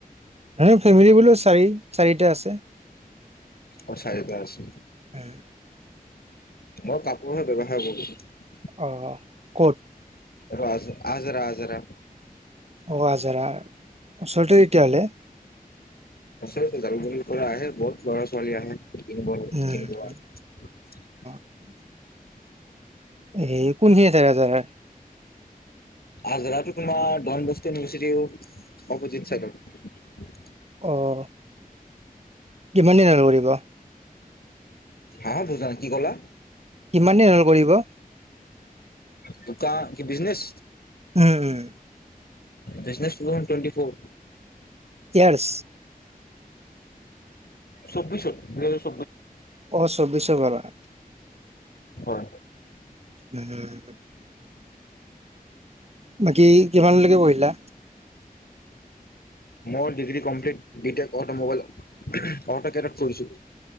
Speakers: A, on the right; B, on the left.
A: এনে ফেমিলি বোলো চাৰি চাৰিটা আছে।
B: অ', চাৰিটা আছে।
A: উম।
B: মই কাপোৰহে ব্যৱহাৰ কৰো
A: অ' ক'ত?
B: ৰজ আজৰা আজৰা
A: অ' আজাৰা অচৰতে তেতিয়াহ'লে।
B: আচলতে জালুকবাৰিৰ পৰা আহে বহুত ল'ৰা- ছোৱালী আহে কিনিব
A: উম,
B: কিনিব।
A: <unintelligible> এহেই কোন খিনিত আছে আজাৰাৰ?
B: আজৰাতো তোমাৰ ডন বস্কো ইউনিভাৰ্চিটিৰ অপজিত চাইডত।
A: অ'। কিমান দিন হ'ল কৰিব?
B: হা, বুজা নায় কি কলা?
A: কিমান দিন হল কৰিব?
B: দুকাণ কি বিজনেছ?
A: উম, উম,
B: বিজনেছ তোমাৰ টুয়েটি ফৰ।
A: ইয়াৰচ?
B: চৌববিশত
A: অ', চৈবিশৰ পৰা।
B: হয়।
A: উম। বাকী কিমানলৈকে পঢ়িলা?
B: মই ডিগ্ৰী কমপ্লিট বি টেক অটমোবাইলট <unintelligible> কৰিছোঁ।